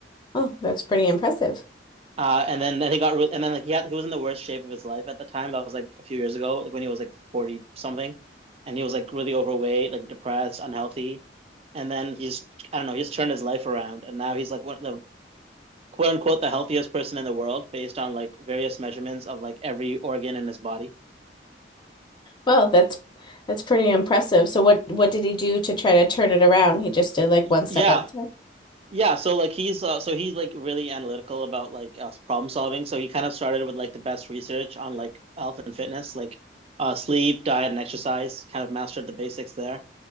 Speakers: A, on the left; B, on the right.
A: Oh, that's pretty impressive.
B: Uh, and then then he got really, and then like he had he was in the worst shape of his life at the time. That was like a few years ago, like when he was like 40 something, and he was like really overweight, like depressed, unhealthy. And then he's I don't know, he's turned his life around, and now he's like one of the quote unquote the healthiest person in the world based on like various measurements of like every organ in his body.
A: Well, that's that's pretty impressive. So what what did he do to try to turn it around? He just did like
B: Y-
A: one step
B: Yeah,
A: at a time.
B: Yeah, so like he's uh, so he's like really analytical about like uh, problem solving. So he kind of started with like the best research on like health and fitness, like uh, sleep, diet, and exercise. Kind of mastered the basics there,